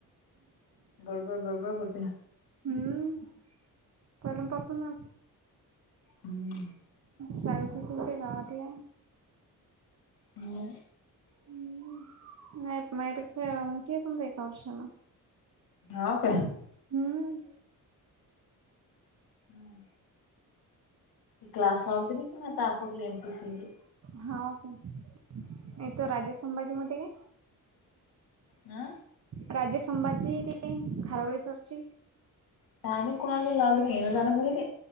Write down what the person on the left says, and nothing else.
बरोबर बरोबर करते
हम्म
म
हा काय ती
हम्म क्लास लावल मी नाही तपठली एम पी सी जी
हा
त्यामही कोणा लाल तम येन जा घरी ते